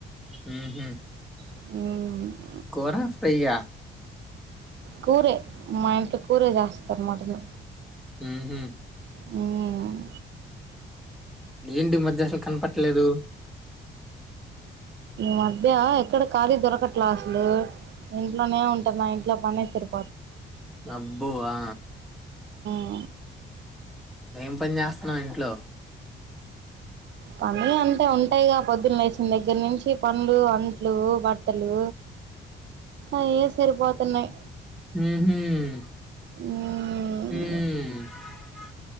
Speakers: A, in the centre; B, on the right (about 65°).
A: హ్మ్ హు
B: హ్మ్
A: కోర ఫ్రైయ్యా
B: కూరే మా ఇంట్లో కూరే చేస్తారు మటను
A: హ్మ్ హు
B: హ్మ్
A: ఏంటి మ <unintelligible> కనపట్టలేదు
B: మధ్య ఎక్కడ ఖాళీ దొరకట్లా అసలు ఇంట్లోనే ఉంటన్న ఇంట్లో పనే సరు
A: నబ్వా
B: ఆ
A: ఏం పని జేస్తన్నావ్ ఇంట్లో
B: పని అంటే ఉంటాయిగా పొద్దున లేేసిన దగ్గర నుంచి పంలు అంత లు బట్టలు అఏ సరిపపోతున్నాయ్
A: ఉహూ
B: మ్మ్